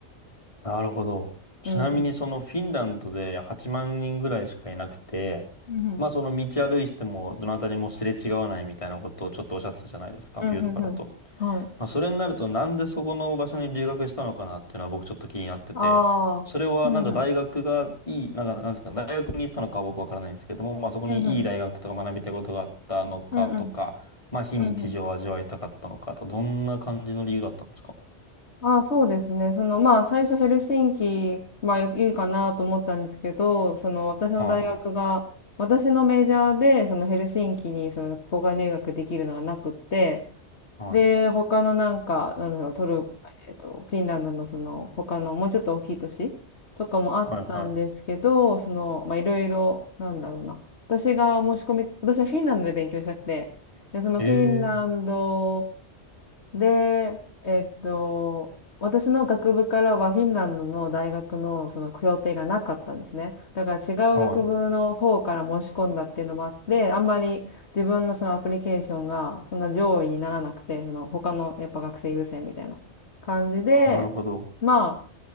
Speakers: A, on the left (about 25°); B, on the left (about 65°).
A: なるほど。ちなみにそのフィンランドで8万人ぐらいしかいなくて、
B: うん、うん、うん、
A: まあその道歩いててもどなたにもすれ違わないみたいなことをちょっとおっしゃってたじゃないですか、
B: うん、
A: 冬とかだと。
B: うん、うん。うんはい。
A: まあ、それになると、なんでそこの場所に留学したのかなっていうのは僕ちょっと気になってて、
B: ああ。
A: それはなんか大学がいい、
B: うん、うん、
A: なんかなんですか、大学にしたのかは僕わからないんですけども、まあそこにいい大学とか学びたいことがあったのかとか、
B: うん、うん、うん、うん、
A: まあ非日常を味わいたかったのかと、
B: うん。うん
A: どんな感じの理由だったんですか
B: ああ、そうですね。その、まあ、最初ヘルシンキ、まあ、いいかなと思ったんですけど、その、私の大学が、
A: は
B: 私のメジャーで、そのヘルシンキに、その、交換留学できるのがなくって、
A: い、はい、
B: で、他のなんか、なんだろう、トル、えっと、フィンランドのその、他の、もうちょっと大きい都市とかもあったんですけど、
A: はい、は
B: その、まあ、いろいろ、なんだろうな。私が申し込み、私はフィンランドで勉強したくて、で、そのフィンランド、
A: い。ええ
B: で、えっと、私の学部からはフィンランドの大学のその協定がなかったんですね。だから違う学部の方から申し込んだっていうのもあって、
A: は
B: あんまり自分のそのアプリケーションがそんな上位にならなくて、その他のやっぱ学生優先みたいな感じで、
A: い、なるほど。
B: まあ、